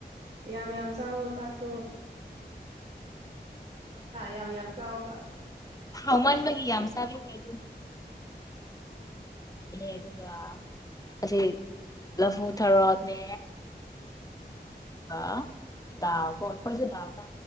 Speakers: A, on the right (about 35°); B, on the left (about 20°).
A: ꯌꯥꯝꯌꯥꯝ ꯆꯥꯎꯋꯣ ꯆꯛꯇꯣ ꯌꯥꯝ ꯌꯥꯝ ꯆꯥꯎꯕ
B: ꯍꯥꯎꯃꯥꯟ ꯕꯒꯤ ꯌꯥꯝ ꯆꯥꯕꯤꯈ꯭ꯔꯦ ꯑꯗꯨꯝ ꯑꯗꯨꯒ ꯑꯁꯤ ꯂꯐꯨ ꯊꯔꯣꯠꯅꯦ ꯑꯗꯨꯒ ꯗꯥꯎꯣ ꯑꯩꯈꯣꯏꯁꯨ ꯗꯥ ꯆ